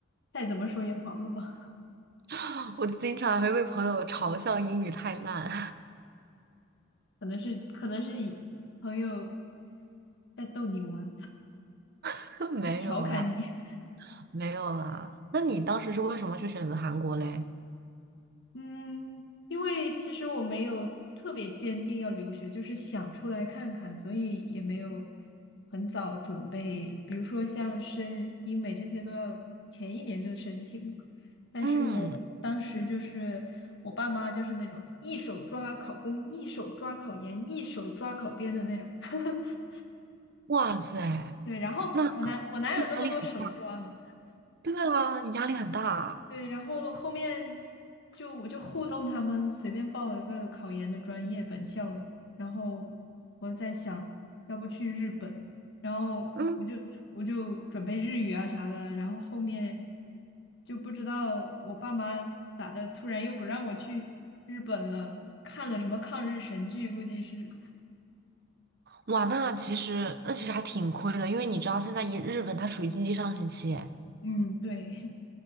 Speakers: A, on the left; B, on the right.
A: 再怎么说也好了吧？
B: <laughs> 我经常还会被朋友嘲笑英语太烂，
A: <laughs> 可能是可能是你朋友在逗你玩，
B: <laughs> 没有啦，
A: 在调侃你，
B: 没有啦。那你当时是为什么去选择韩国嘞？
A: 嗯，因为其实我没有特别坚定要留学，就是想出来看看，所以也没有很早准备。比如说像申英美这些都要前一年就申请嘛。但是我当时就是我爸妈就是那种一手抓考公，
B: 嗯，
A: 一手抓考研，一手抓考编的那种。<laughs>
B: 哇塞！
A: 对，然后我哪我哪有那么多手抓嘛？
B: 那压力很，对啊，你压力很大。
A: 对，然后后面就我就糊弄他们，随便报了个考研的专业，本校的。然后我在想，要不去日本，然后我就我就准备日语啊啥的。
B: 嗯，
A: 然后后面就不知道我爸妈咋的，突然又不让我去日本了，看了什么抗日神剧，估计是，
B: 哇，那其实那其实还挺亏的，因为你知道现在一日本它属于经济上行期，
A: 嗯，对，